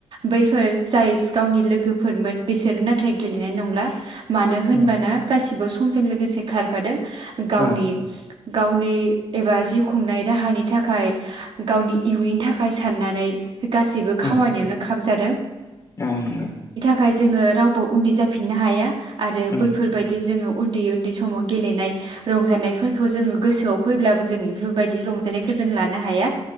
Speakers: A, on the right; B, on the left.
A: बैफोर जाय गावनि लोगोफोरमोन बिसोरो नाथाय गेलेनाय नंला। मानो होनबाना
B: औ
A: गासिबो समजों लोगोसे खारफादों गावनि
B: औ
A: गावनि एबा जिउ खुंनाय राहानि थाखाय गावनि इयुननि थाखाय साननानै गासैबो
B: नंगौ औ
A: खामानियावानो खाब जा दों
B: औ नंगौ
A: थाखाय जोङो रावबो उन्दै जाफिननो हाया। आरो
B: उम
A: बैफोरबायदि जोङो उन्दै उन्दै समाव गेलेनाय रंजानायफोर जों गोसोआव फैब्लाबो जों बेफोरबायदिनो रजानायखौ जों लानो हाया